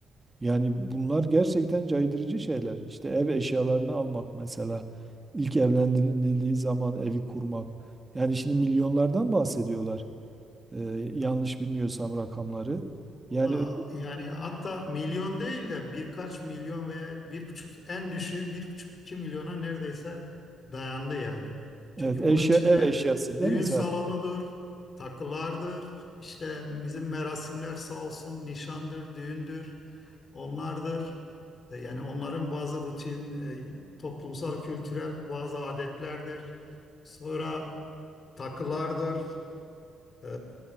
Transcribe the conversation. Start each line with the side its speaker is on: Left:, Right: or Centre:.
Right: Yani bunlar gerçekten caydırıcı şeyler. İşte ev eşyalarını almak mesela ilk evlendirildiği zaman evi kurmak. Yani şimdi milyonlardan bahsediyorlar. Ee, yanlış bilmiyorsam rakamları.
Left: Valla
Right: Yani
Left: yani hatta milyon değil de birkaç milyon ve bir buçuk en düşüğü bir buçuk iki milyona neredeyse dayandı yani.
Right: evet
Left: Çünkü
Right: eşya
Left: bunun içinde
Right: ev eşyası değil
Left: düğün
Right: mi sadece?
Left: salonudur, takılardır, işte bizim merasimler sağ olsun nişandır, düğündür, onlardır. E, Yani onların bazı rutin, e, toplumsal, kültürel bazı adetlerdir. Sonra takılardır. Ee,